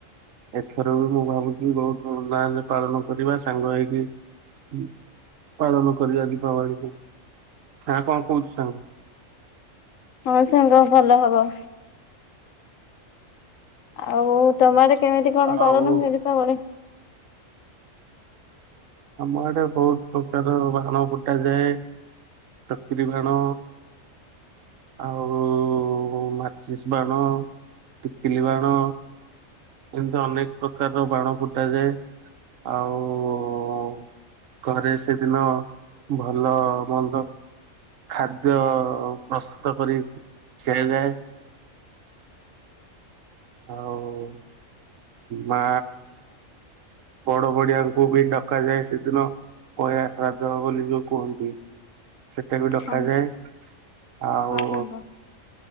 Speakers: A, on the right; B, on the left.
A: ଏଥର ବି ମୁଁ ଭାବୁଛି ବହୁତ ଧୁମଧାମରେ ପାଳନ କରିବା ସାଙ୍ଗ ହେଇକି। ହ ପାଳନ କରିବା ଦୀପାବଳିକୁ। ନା କଣ କହୁଛୁ ସାଙ୍ଗ।
B: ହଁ ସାଙ୍ଗ ଭଲ ହବ। ଆଉ ତମ ଆଡ଼େ କେମିତି କଣ
A: ଆଉ
B: ପାଳନ ହୁଏ ଦୀପାବଳି?
A: ଆମ ଆଡ଼େ ବହୁତ ପ୍ରକାର ବାଣ ଫୁଟା ଯାଏ। ଚକିରି ବାଣ, ଆଉ ମାଚିସ୍ ବାଣ, ଟିକିଲି ବାଣ ଏମିତି ଅନେକ ପ୍ରକାରର ବାଣ ଫୁଟାଯାଏ। ଆଉ ଓ ଘରେ ସେଦିନ ଭଲ ମନ୍ଦ ଖାଦ୍ୟ ପ୍ରସ୍ତୁତ କରି ଖିଆଯାଏ। ଆଉ ମା ବଡ଼ ବଡ଼ିଆଙ୍କୁ ବି ଡକାଯାଏ ସେଦିନ ପଇଆ ଶ୍ରାଦ୍ଧ ବୋଲି ଯୋଉ କୁହନ୍ତି। ସେଟା ବି ଡକାଯାଏ
B: ହଁ
A: ଆଉ
B: ହଁ ସାଙ୍ଗ